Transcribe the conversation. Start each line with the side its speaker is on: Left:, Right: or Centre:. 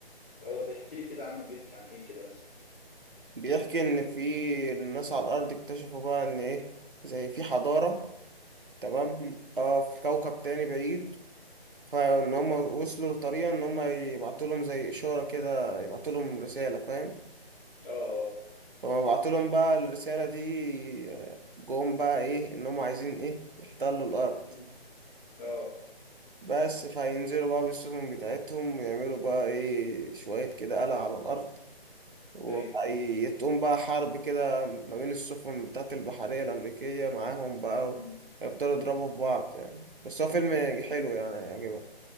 Left: اه ده بيحكي لي كده عنه بيحكي عن إيه كده مثلا
Right: بيحكي ان في الناس على الارض اكتشفوا بقى ان ايه زي في حضارة تمام
Left: أه
Right: اه في كوكب تاني بعيد فان هم وصلوا لطريقة ان هم يبعتوا لهم زي اشارة كده يبعتوا لهم رسالة فاهم
Left: أه أه
Right: فما بعتوا لهم بقى الرسالة دي آه، جم بقى ايه ان هم عايزين ايه يحتلوا الارض
Left: مم. أه
Right: بس فهينزلوا بقى بالسفن بتاعتهم ويعملوا بقى ايه شوية كده قلق على الارض وتقوم
Left: أيوه
Right: بقى حرب كده ما بين السفن بتاعت البحرية الأمريكية معاهم بقى
Left: مم.
Right: يفضلوا يضربوا في بعض يعني بس هو فيلم
Left: مم.
Right: حلو يعني هيعجبك